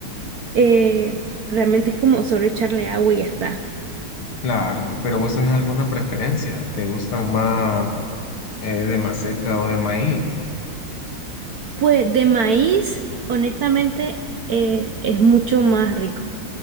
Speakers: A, on the right; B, on the left.
A: eh, realmente es como solo echarle agua y ya está.
B: claro, pero vos tenés alguna preferencia, ¿te gustan más eh, de maseca o de maíz?
A: Pues de maíz, honestamente, eh, es mucho más rico.